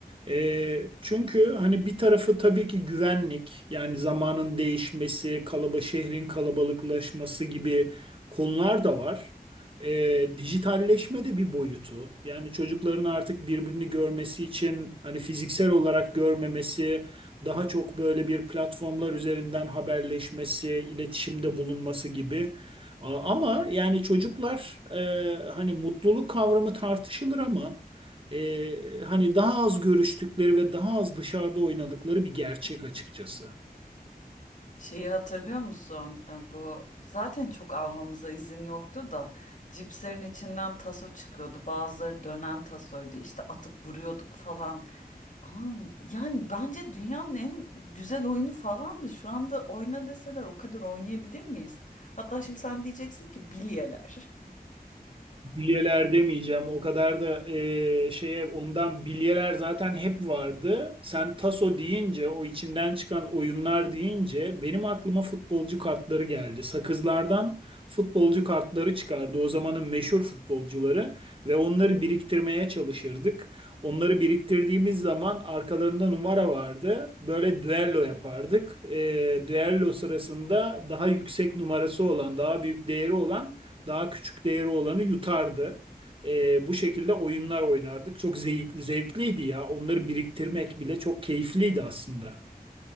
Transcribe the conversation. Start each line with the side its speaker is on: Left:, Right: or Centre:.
Right: E, çünkü hani bir tarafı tabii ki güvenlik, yani zamanın değişmesi, kalaba şehrin kalabalıklaşması gibi konular da var. E, dijitalleşme de bir boyutu. Yani çocukların artık birbirini görmesi için hani fiziksel olarak görmemesi daha çok böyle bir platformlar üzerinden haberleşmesi, iletişimde bulunması gibi. A- Ama yani çocuklar e, hani mutluluk kavramı tartışılır ama e, hani daha az görüştükleri ve daha az dışarıda oynadıkları bir gerçek açıkçası.
Left: Şeyi hatırlıyor musun? E, bu zaten çok almamıza izin yoktu da cipslerin içinden taso çıkıyordu. Bazıları dönen tasoydu. İşte atıp vuruyorduk falan. Ama yani bence dünyanın en güzel oyunu falandı. Şu anda oyna deseler o kadar oynayabilir miyiz? Hatta şimdi sen diyeceksin ki bilyeler. <laughs>
Right: Bilyeler demeyeceğim. O kadar da eee, şeye ondan bilyeler zaten hep vardı. Sen taso deyince o içinden çıkan oyunlar deyince benim aklıma futbolcu kartları geldi. Sakızlardan futbolcu kartları çıkardı. O zamanın meşhur futbolcuları ve onları biriktirmeye çalışırdık. Onları biriktirdiğimiz zaman arkalarında numara vardı. Böyle düello yapardık. Eee düello sırasında daha yüksek numarası olan, daha büyük değeri olan daha küçük değeri olanı yutardı. E, bu şekilde oyunlar oynardık. Çok zevkli, zevkliydi ya. Onları biriktirmek bile çok keyifliydi aslında.